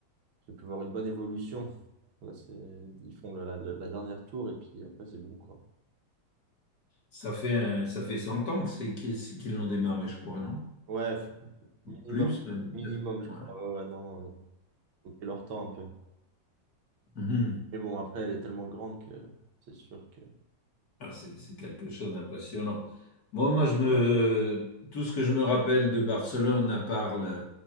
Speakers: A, on the right; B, on the left.
A: j'ai pu voir une bonne évolution. Là, c'est, ils font le- la, la dernière tour, et puis après, c'est bon, quoi.
B: Ça fait, euh, ça fait 100 ans que c'est qu'ils qu'ils l'ont démarré, je crois, non?
A: Ouais, f- minimum,
B: Plus, même
A: minimum,
B: peut-être.
A: je
B: Ouais.
A: crois. Ouais, ouais, non, non. Donc, c'est leur temps un peu.
B: Mhm.
A: Mais bon, après, elle est tellement grande que c'est sûr que.
B: Ah, c'est c'est quelque chose d'impressionnant. Bon, moi, je me, tout ce que je me rappelle de Barcelone, à part le-